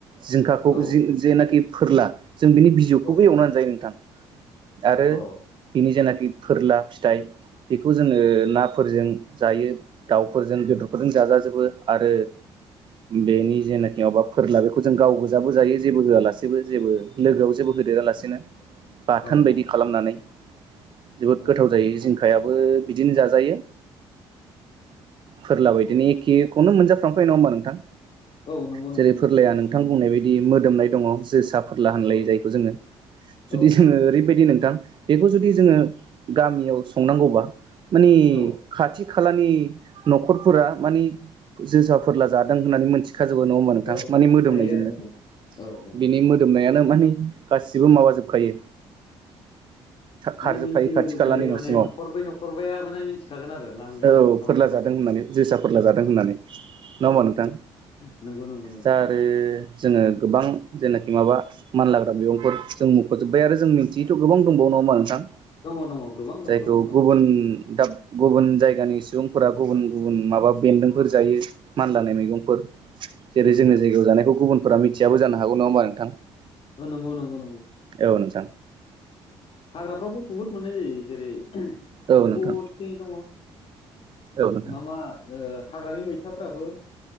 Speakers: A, on the right; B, on the left.
A: जिंखाखौ
B: औ
A: जेनाखि फोरला। जों बिनि बिजौखौबो
B: औ
A: एवना जायो नोंथां। आरो
B: औ
A: बिनि जेनाखि फोरला फिथाइ। बेखौ जोङो नाफोरजों जायो, दाउफोरजों, बेदरफोरजों जाजाजोबो आरो बेनि जेनाखि माबा फोरला बेखौ जों गावगोजा बो जायो जेबो होआलासेबो जेबो लोगोआव जेबो होदेरा लासिनो बाथोन
B: औ औ
A: बायदि खालामनानै। जोबोद
B: औ
A: गोथाव जायो जिंखायाबो बिदिनो जाजायो। फोरला बायदिनो एखेखौनो मोनजाफ्रामखायो नङा होनबा नोंथां?
B: औ नंगौ
A: जेरै
B: नंगौ नंगौ
A: फोरलाया नोंथां बुंनाय बाय दि मोदोमनाय दङ जोसा फोरला होनलायो
B: औ
A: जायखौ जोङो। जुदि
B: औ
A: जोङो ओरैबायदि नोंथां बेखौ जुदि जोङो गामियाव संनांगौबा मानि
B: औ
A: खाथि खालानि न'खरफोरा मानि जोसा फोरला जादों होननानै मिथि खाजोबो नङा होमबा नोंथां
B: औ
A: माने
B: मिथिखायो
A: मोदोमनायजोंनो।
B: आरो औ औ।
A: बिनि मोदोमनायानो माने गासिबो माने माबाजोबखायो खारजोबखायो
B: माने मिथिहोजोबखायो
A: खाथि खालानि न'सिमाव
B: माने न'खरब्रै न'खरबाया माने मिनथिखागोन आरो लांगोनाजों
A: औ
B: थाबायलांनाया।
A: फोरला जादों होननानै जोसा फोरला जादों होननानै नङा होमबा
B: औ
A: नोंथां?
B: औ नंगौ नंगौ नंगौ
A: दा आरो जो ङो गोबां जेनाखि माबा मानलाग्रा मैगंफोर जों मुंख'जोब्बाय आरो जों मिन्थियैथ' गोबां दंबावो नङा होमबा नोंथां
B: दङ दङ गोबां दं
A: जायखौ
B: गोबां दं
A: गुबुन दाब गुबुन जाय गानि सुबुंफोरा गुबुन गुबुन माबा बेन्दोंफोर जायो मानलानाय मैगंफोर। जेरै
B: नंगौ
A: जोंनि जायगायाव जानायखौ गुबुनफोरा मिथियाबो जानो हागौ नङा होमबा नोंथां?
B: औ नंगौ नंगौ नंगौ।
A: औ नोंथां।
B: हाग्राफ्रावबो बहुद मोननाय जायो जेरै
A: औ
B: बहुद
A: नोंथां
B: खिनि दङ।
A: औ नोंथां
B: मा मा ओ हाग्रानि मैथाफ्राबो